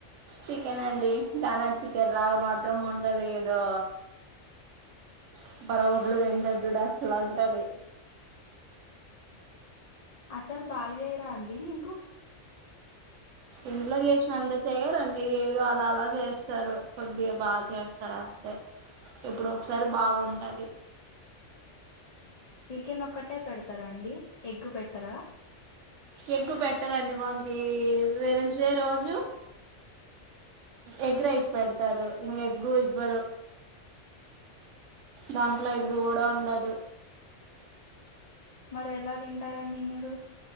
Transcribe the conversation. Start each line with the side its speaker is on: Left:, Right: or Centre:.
Right: చికెన్ అండి కానా చికెన్ లాగ మాత్రం ఉండదు ఏదో <unintelligible> అట్ల ఉంటది
Left: అసలు బాగా చేయరా అండి మీకు
Right: ఇంట్లో చేసినంత చేయారండి ఏదో అలా అలా చేస్తారు కొద్దిగా బా చేస్ స్తరంతే ఏప్పుడో ఒకసారి బాగుంటది
Left: చికెన్ ఒక్కటే పెడుతారా అండి ఎగ్గు పెట్టరా
Right: ఎగ్ పెట్టరండి మాకి వెనస్ డే రోజు ఎగ్ రైస్ పెడుతారు ఇంగ ఎగ్గు ఇవ్వరు దాంట్లో ఎగ్ గూడ ఉండదు
Left: మరి ఎలా తింటారండి మీరు